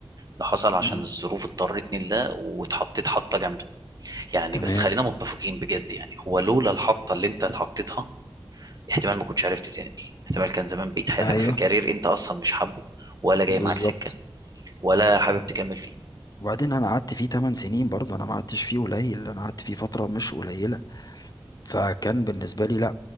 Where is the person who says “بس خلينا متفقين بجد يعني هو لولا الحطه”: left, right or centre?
Right